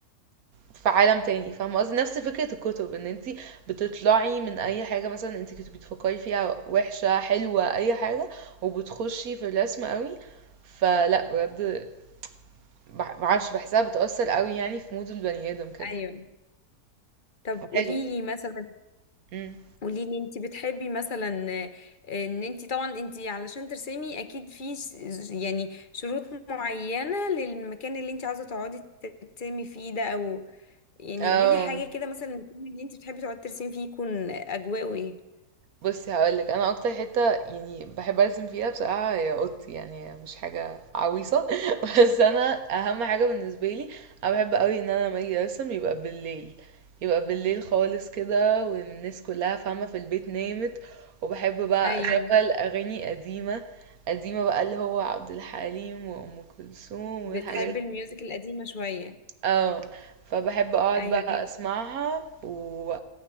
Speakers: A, on the right; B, on the left.
A: في عالم تاني فاهمة قصدي نفس فكرة الكتب ان انتي بتطلعي من اي حاجة مثلا انتي كنت بتفكري فيها وحشة حلوة اي حاجة وبتخشي في الرسم قوي فلا بجد مع- معرفش بحسها بتأثر قوي يعني في مود البني ادم كده
B: ايوه طب قوليلي
A: حلو
B: مثلا
A: امم
B: قوليلي انت بتحبي مثلا آه، ان انت طبعا انت علشان ترسمي اكيد في س- يعني شروط معينة للمكان اللي انت عاوزة تقعدي ترسمي فيه ده او يعني
A: اه
B: قوليلي حاجة كده مثلا المكان اللي انت بتحبي تقعدي ترسمي فيه يكون اجواءه ايه
A: بصي هقولك انا اكتر حته يعني بحب ارسم فيها بصراحه هي اوضتي يعني مش حاجه عويصه <laughs> بس انا اهم حاجه بالنسبه لي انا بحب قوي ان انا لما اجي ارسم يبقى بالليل يبقى بالليل خالص كده والناس كلها فاهمه في البيت نامت وبحب بقى
B: ايوه
A: اشغل اغاني قديمه قديمه بقى اللي هو عبد الحليم وام كلثوم
B: بتحبي
A: والحاجات
B: الميوزك
A: دي.
B: القديمة شوية
A: اه فبحب اقعد
B: ايوه
A: بقى اسمعها و...